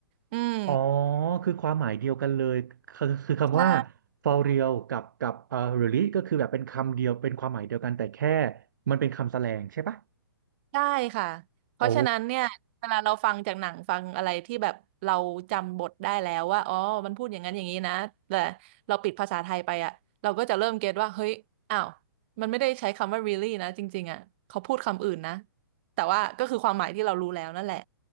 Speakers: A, on the right; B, on the right.
A: อืม
B: อ๋อคือความหมายเดียวกันเลยคือคือคำว่า
A: ใช่
B: for real กับกับเอ่อ really ก็คือแบบเป็นคำเดียวเป็นความหมายเดียวกันแต่แค่มันเป็นคำแสลงใช่ปะ
A: ใช่ค่ะ เพราะฉะนั้นเนี่ยเวลาเราฟังจากหนังฟังอะไรที่แบบเราจำบทได้แล้วว่าอ๋อมันพูดอย่างนั้นอย่างนี้นะแต่
B: โอ้
A: เราปิดภาษาไทยไปอะเราก็จะเริ่มเก็ตว่าเฮ้ยอ้าวมันไม่ได้ใช้คำว่า really นะจริงๆอะเขาพูดคำอื่นนะแต่ว่าก็คือความหมายที่เรารู้แล้วนั่นแหละ